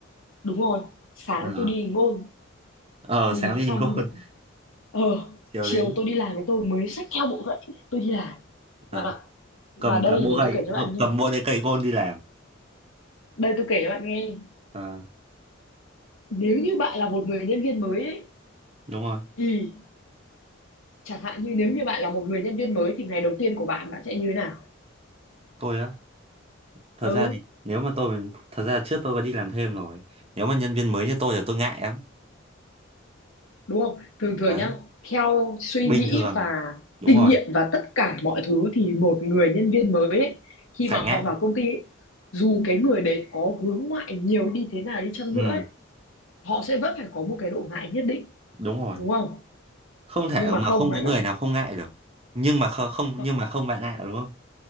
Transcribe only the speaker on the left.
đúng rồi sáng
tôi đi ngôn
thì
xong
đ-
ờ
chiều
tôi đi làm với tôi mới xách theo bộ vậy tôi đi làm
bạn ạ và
đây
để
tôi kể cho bạn nghe
đây tôi kể cho bạn nghe
nếu như bạn là một người nhân viên mới ấy,
thì chẳng hạn như nếu như bạn là một người nhân viên mới thì ngày đầu tiên của bạn bạn sẽ như thế nào
ừ
đúng không thường thường
nhá theo suy
nghĩ
và
kinh
nghiệm và tất cả mọi thứ thì một người nhân viên mới ấy, khi
mà họ
vào công ty ấy, dù cái người đấy có hướng ngoại nhiều đi thế nào đi chăng
nữa ấy, họ sẽ vẫn phải có một cái độ ngại nhất định
đúng không
nhưng mà
không
bạn
ạ
<laughs>